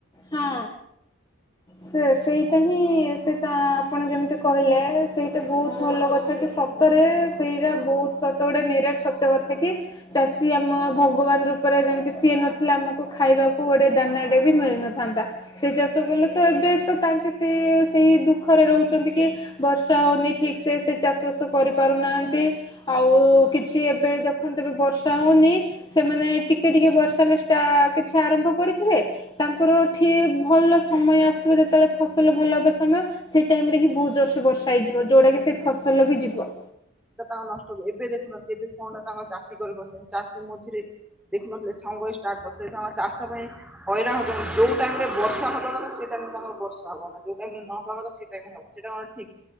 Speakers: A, on the left; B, in the centre.
A: ହଁ। ସେ ସେଇଟା ହିଁ ସେଟ ଆପଣ ଯେମିତି କହିଲେ, ସେଇଟା ବହୁତ ଭଲ କଥା କି ସତ ସେଇଟା ବହୁତ ସତ ଗୋଟେ ନିରାଟ ସତ କଥା କି ଚାଷୀ ଆମ ଭଗବାନ ରୂପରେ ଯେମତି ସିଏ ନଥିଲା, ଆମକୁ ଖାଇବାକୁ ଗୋଟେ ଦାନାଟେ ବି ମିଳିନଥିଲା। ଥାନ୍ତା ସେ ଚାଷ କଲେ ତ ଏବେ ତ ତାଙ୍କେ ସେ ସେଇ ଦୁଃଖରେ ରହୁଛନ୍ତି କି ବର୍ଷା। ହଉନି ଠିକ ସେ ସେ ଚାଷ ବାସ କରି ପାରୁ ନାହାନ୍ତି ଆଉ କିଛି ଏବେ ଦେଖନ୍ତୁ ବି ବର୍ଷ ବର୍ଷା ହଉନି ସେମାନେ ଟିକେ ଟିକେ ବର୍ଷା ହେଲେ ଷ୍ଟା କିଛି ଆରମ୍ଭ କରିଥିବେ ତାଙ୍କ ର ଠି ଭଲ ସମୟ ଆସିବ ଯେତେ ବେଳେ ଫସଲ ଭଲ ହେବା ସମୟ ସେ ଟାଇମ ରେ ହିଁ ବହୁତ ଯୋରସେ ବର୍ଷ ର୍ଷା ହେଇଯିବ ଯୋଉଟା କି ସେ ଫସଲ ବି ଯିବ।
B: ସେଟା ତାଙ୍କ ନଷ୍ଟ ହବ ଏବେ ଦେଖୁନହାନ୍ତି କେବେ କଣ ଟା ତାଙ୍କ ଚାଷୀ। ଚାଷୀ ମଝିରେ ଦେଖୁନଥିଲେ ସଙ୍ଗ ହେଇ ଷ୍ଟାର୍ଟ କରିଥିଲେ ତାଙ୍କ ଚାଷ ପାଇଁ ହଇରାଣ ହଉଛନ୍ତି। ଯୋଉ ଟାଇମରେ ବର୍ଷା ହବା କଥା ସେ ଟାଇମ ରେ ତାଙ୍କର ବର୍ଷା ହବନି ଯୋଉ ଟାଇମରେ ନ ହବା କଥାସେ ଟାଇମ ରେ ହବ ସେଇଟା କଣ ଠିକ।